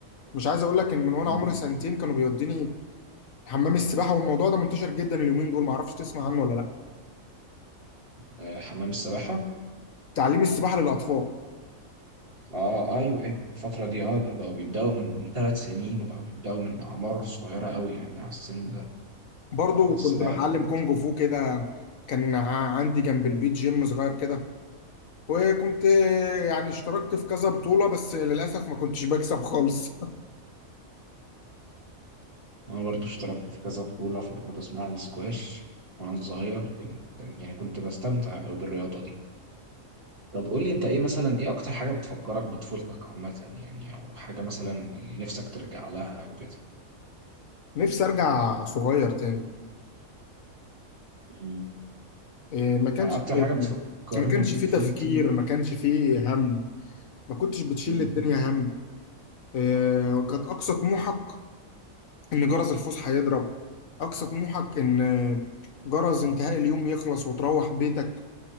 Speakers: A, on the left; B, on the right.
A: مش عايز اقول لك ان من وانا
B: مم.
A: عمري سنتين كانوا بيوديني حمام السباحه والموضوع ده منتشر جدا اليومين دول معرفش تسمع عنه ولا لا
B: آه، حمام السباحة
A: تعليم السباحه للاطفال
B: اه ايوه ايوه الفترة دي اه ده بقوا بيبدأوا من ثلاث سنين وبقوا بيبدأوا من أعمار صغيرة قوي يعني على السن ده
A: برضو
B: على السباحة
A: كنت بتعلم
B: عامة
A: كونج فو كده كان ع- عندي جنب البيت جيم صغير كده وكنت يعني اشتركت في كذا بطوله بس للاسف ما كنتش بكسب خالص
B: أنا برضو اشتركت في كذا بطولة في رياضة اسمها السكواش وأنا صغير كان يعني كنت بستمتع أوي بالرياضة دي طب قول لي أنت إيه مثلا إيه أكتر حاجة بتفكرك بطفولتك عامة يعني أو حاجة مثلا نفسك ترجع لها وكده
A: <laughs> نفسي ارجع صغير تاني
B: مم.
A: إيه، ما كانش
B: أنا أكتر حاجة بتفكرني
A: ما كانش
B: بطفولتي
A: فيه تفكير ما كانش فيه هم ما كنتش بتشيل
B: مم.
A: الدنيا هم إيه، كانت أقصى طموحك إن جرس الفسحة يضرب أقصى طموحك إن جرس انتهاء اليوم يخلص وتروح بيتك